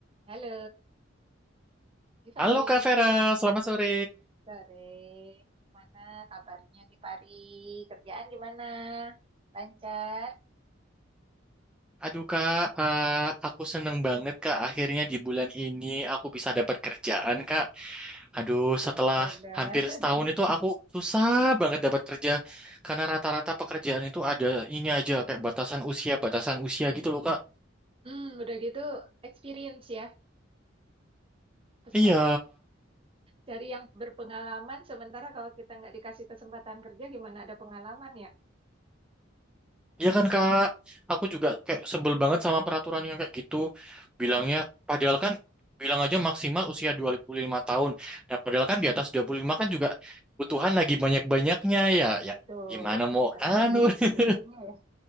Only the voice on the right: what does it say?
Halo, Gifari.
Sore. Gimana kabarnya Gifari? Kerjaan gimana? Lancar?
Syukur
dah.
<laughs>
Hmm, udah gitu experience ya. Pesa-
Cari yang berpengalaman, sementara kalau kita nggak dikasih kesempatan kerja, gimana ada pengalaman ya?
Mm-mm.
Betul.
Kita
kan lagi
butuh-butuhnya ya.